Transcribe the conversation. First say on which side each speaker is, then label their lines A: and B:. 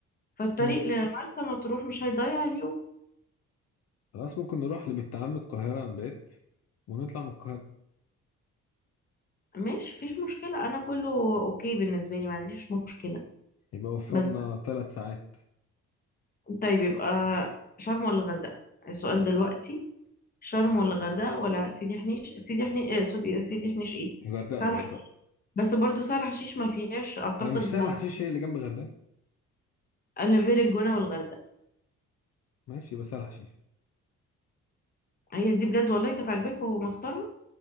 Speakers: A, on the left; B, on the left.
A: فالطريق
B: مم.
A: لمرسى مطروح مش هيضيع اليوم
B: خلاص ممكن نروح لبنت عم القاهرة نبات ونطلع من القاهرة
A: ماشي مفيش مشكلة أنا كله أوكي بالنسبة لي ما عنديش مشكلة
B: يبقى وفرنا
A: بس
B: ثلاث ساعات
A: طيب يبقى شرم ولا الغردقة السؤال دلوقتي شرم ولا الغردقة ولا سيدي حنيش سيدي حنيش إيه سوري، سيدي حنيش إيه
B: غردقة
A: سهل
B: غردقة
A: حشيش بس برضو سهل حشيش ما فيهاش أعتقد
B: آه، مش سهل
A: موضوع
B: حشيش هي اللي جنب غردقة
A: أنا بين الجونة والغردقة
B: ماشي يبقى سهل حشيش
A: هي دي بجد والله كانت عاجباك ومختارها